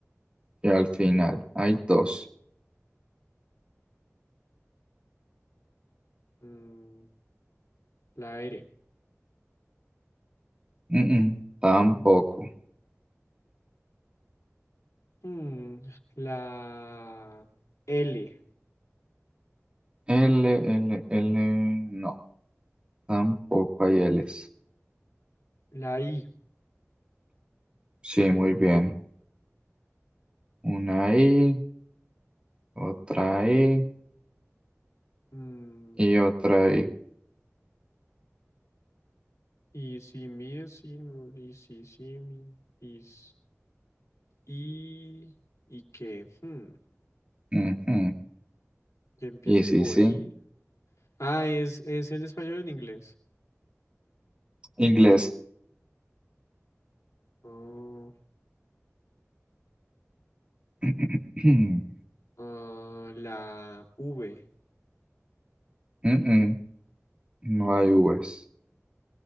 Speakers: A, on the right (about 20°); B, on the left (about 85°).
A: y al final. Hay dos.
B: Mm, la R.
A: Mm, mm, tampoco.
B: Mm, la L.
A: L, L, L. No, tampoco hay Ls.
B: La I.
A: Sí, muy bien. Una I, otra I
B: Mm,
A: y otra I.
B: y si mi es si no, y si si mi. Is, y, y que, hmm,
A: Ujú.
B: que empiece
A: Y sí,
B: por
A: sí.
B: I. Ah, es, es en español o en inglés.
A: Inglés.
B: Oh,
A: <clears throat>
B: ah, la V.
A: Mm, mm, No hay Vs.